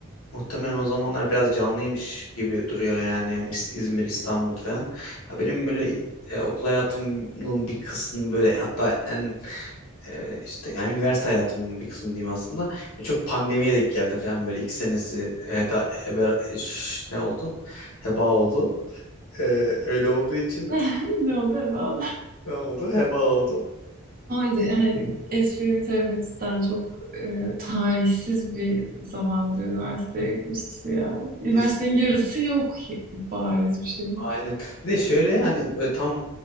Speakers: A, on the left (about 80°); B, on the right (about 40°).
A: muhtemelen o zamanlar biraz canlıymış gibi duruyor yani İz- İzmir, İstanbul falan. Ha benim böyle e, okul hayatımın bir kısmı böyle hatta en e, işte yani üniversite hayatımın bir kısmı diyeyim aslında. Böyle Çok pandemiye denk geldi falan böyle iki senesi heda, ebe, eş- ne oldu? Heba oldu. E, öyle olduğu için
B: <laughs> Ne oldu evladım?
A: ne oldu? Heba oldu.
B: Hani, hani espri bir tarafa cidden çok e, talihsiz bir zamanda üniversiteye gitmişti ya. Üniversitenin
A: Kesinlikle.
B: yarısı yok bariz bir şey.
A: Aynen. Bir de şöyle hani böyle tam